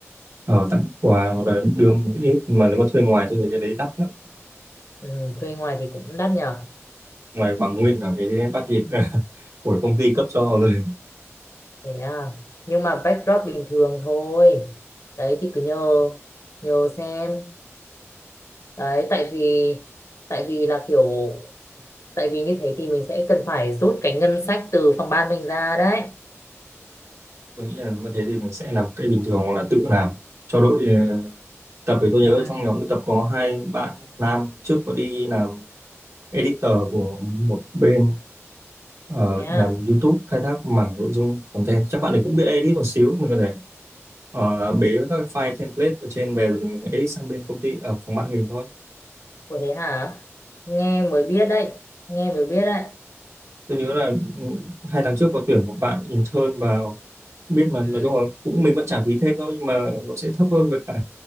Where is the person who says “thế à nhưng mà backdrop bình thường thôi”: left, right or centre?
Left